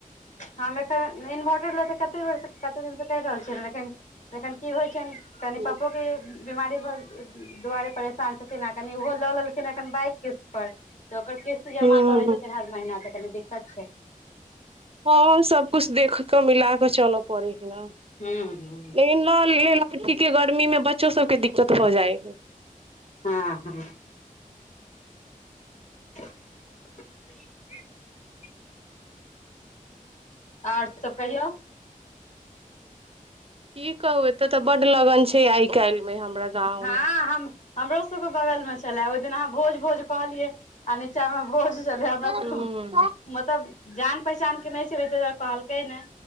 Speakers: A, on the left (about 55°); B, on the right (about 45°).
A: हम एतय इनवर्टर लए तऽ कते बेरसँ कते दिनसँ करि रहल छियै लेकिन जखनि की होइ छनि कनी
B: नहि।
A: पप्पो के बीमारी भ' दुआरे परेशान छथिन आ कनी ओहो लऽ लेलखिन एखन बाइक के पर तऽ ओकर क़िस्त जमा
B: हूँ
A: करै छथिन हर महीना तऽ कनी दिक्कत छै
B: हँ सबकुछ देख कऽ मिला कऽ चलऽ पड़ै <unintelligible>
A: हूँ हूँ
B: गर्मीमे बच्चो सबकेँ दिक्कत भ जाए
A: हँ हँ <unintelligible> आओर सभ कहियौ
B: की कहू एतय तऽ बड्ड लगन छै आइ काल्हिमे हमरा गाँवमे
A: हँ हम हमरो सब के बगल मे छलए ओहि दिन अहाँ भोज भोज कहलियै आ नीचामे भोज च हमरा सब
B: हूं
A: क' मतब जान पहचानके नहि छेलै तै दुआरे कहलकै नै